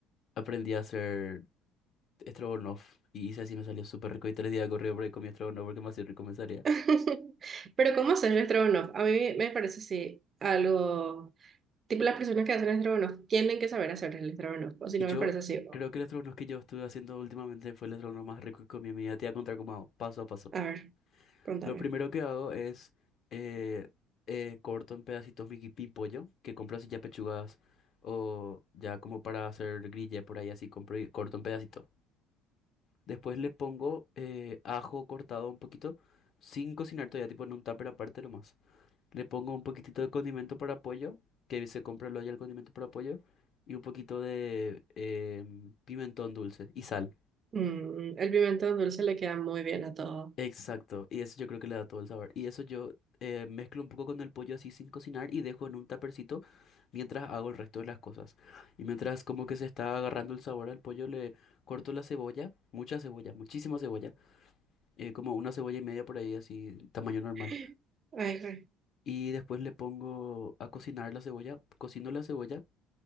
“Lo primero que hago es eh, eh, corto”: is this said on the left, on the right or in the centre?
Left